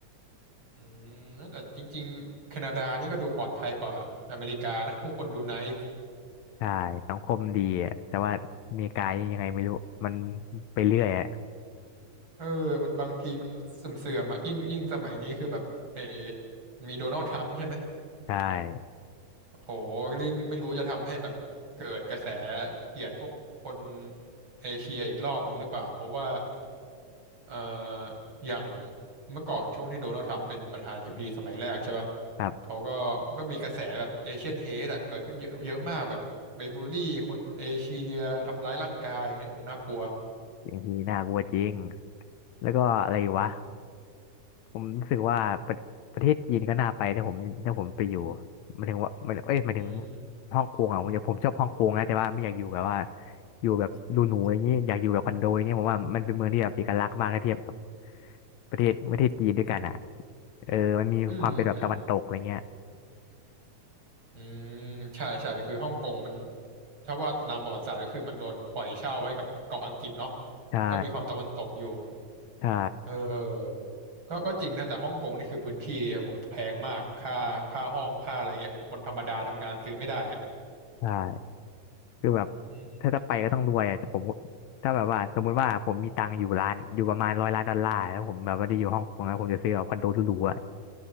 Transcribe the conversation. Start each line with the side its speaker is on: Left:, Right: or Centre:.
Right: อืมแล้วแต่จริงๆแคนาดานี่ก็ดูปลอดภัยกว่าอเมริกานะผู้คนดูไนซ์
Left: ใช่สังคมดีอะแต่ว่าอเมริกายังไงไม่รู้มันไปเรื่อยอะ
Right: เออมันบางทีมันเสื่อมๆอ่ะยิ่งยิ่งสมัยนี้คือแบบเออมีโดนัลด์ทรัมป์ใช่ไหม
Left: ใช่
Right: โโหลิงไม่รู้จะทำให้แบบเกิดกระแสเกลียดพวกคนเอเชียอีกรอบหนึ่งหรือเปล่าเพราะว่า เอ่ออย่างเมื่อก่อนช่วงที่โดนัลด์ทรัมป์เป็นประธานาธิบดีสมัยแรกใช่ป่ะ
Left: ครับ
Right: เขาก็ก็มีกระแสแบบเอเชียนเฮดอะเกิดขึ้นเยอะเยอะมากแบบไปบูลลี่คนเอเชียทำร้ายร่างกายอย่างเงี้ยโอ้โหน่ากลัว
Left: อย่างที่น่ากลัวจริงแล้วก็อะไรวะ ผมรู้สึกว่าประประเทศจีนก็น่าไปแต่ผมถ้าผมไปอยู่หมายถึงว่าหมายเอ้ยหมายถึง
Right: อืม
Left: ฮ่องกงอ่ะผมจะผมชอบฮ่องกงนะแต่ว่าไม่อยากอยู่แบบว่าอยู่แบบดูหนูอย่างนี้อยากอยู่แบบคอนโดอย่างนี้ผมว่ามันเป็นเมืองที่แบบเอกลักษณ์มากถ้าเทียบกับประเทศประเทศจีนด้วยกันอ่ะเออมันมีความเป็นแบบตะวันตกอะไรเงี้ย
Right: อืมอืมอืมใช่ใช่คือฮ่องกงมันถ้าว่าตามประวัติศาสตร์ก็คือมันโดนปล่อยเช่าให้กับเกาะอังกฤษเนาะ
Left: ใช่
Right: มันก็มีความตะวันตกอยู่
Left: ใช่
Right: เออก็ก็จริงนะแต่ฮ่องกงนี่คือพื้นที่โอ้โหแพงมากค่าค่าห้องค่าอะไรเงี้ยโหคนธรรมดาทำงานซื้อไม่ได้อะ
Left: ใช่คือแบบ
Right: อืม
Left: ถ้าจะไปก็ต้องรวยอ่ะผมถ้าแบบว่าสมมุติว่าผมมีตังค์อยู่ล้านอยู่ประมาณร้อยล้านดอลลาร์แล้วผมแบบว่าได้อยู่ฮ่องกงแล้วผมจะซื้อแบบคอนโดหรูๆอ่ะ